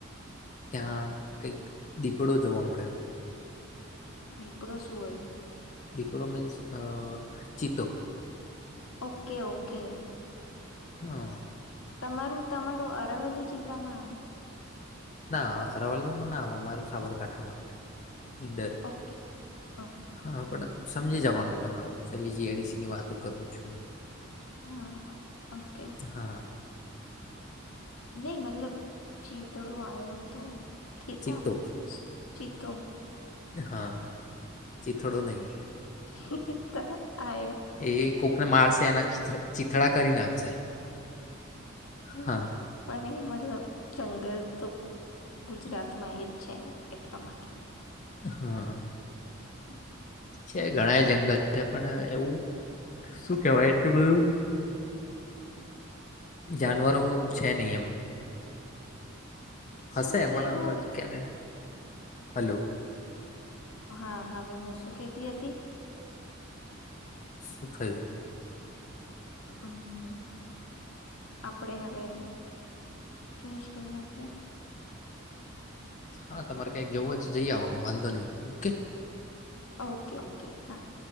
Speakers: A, on the left (about 35°); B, on the left (about 80°).
A: ત્યાં કઈક દીપડો જોવા મળ્યો.
B: <unintelligible> શું હોય.
A: દીપડો means a cheetah.
B: Okay okay.
A: હા.
B: તમારું તમારું અરવલ્લી જિલ્લામાં આવે.
A: ના અરવલ્લીમાં ના આવે અમારું સાબરકાંઠામાં આવે. ર
B: ઓકે ઓકે
A: હા
B: ઓકે
A: પણ સમજી જવાનું. હું ક જીઆડીસી ની વાત કરું છું.
B: હા હા ઓકે.
A: હા
B: નહી મતલબ ચીતડો આય ઉ તો. ચીતા
A: ચિતતો
B: ચીતો
A: હા ચિતથડો નહી
B: ચીતા આવ્યો
A: એ કોકને મારશે એના. <unintelligible> કરી નાખશે.
B: <unintelligible>
A: હા
B: મતલબ જંગલ તો ગુજરાતમાં એ જ છે ને એટલા માટે.
A: હા.
B: હમ.
A: છે ઘણા એ જંગલ છે પણ એવું. શું કેવાય બધું જાનવરો છે નહીં એમ. હશે
B: શું થયું
A: પણ અવાજ ક્યારે. હલો.
B: હા હવે હું શું કતી હતી.
A: શફાય.
B: હમ આપણેે હવે ફિનિશ કરી નાખીએ.
A: હા તમારે કઈક જવું જ જઈ આવો વાંધો નહીિ ઓકે.
B: ઓકે ઓકે હા.